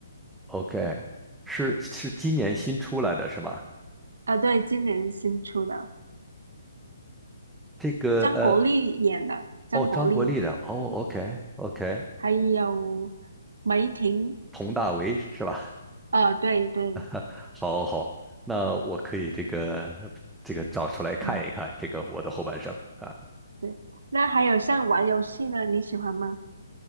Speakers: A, in the centre; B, on the right.
A: ，OK，是是今年新出来的是吗？
B: 啊，对，今年新出的，
A: 这个呃
B: 张国立演的，张国立，
A: 哦，张国立的，哦，OK，OK，
B: 还有梅婷。
A: 佟大为是吧？
B: 啊，对对，
A: <laughs> 好，好，好，那我可以这个这个找出来看一看这个我的后半生啊。
B: 嗯对。那还有像玩游戏呢，你喜欢吗？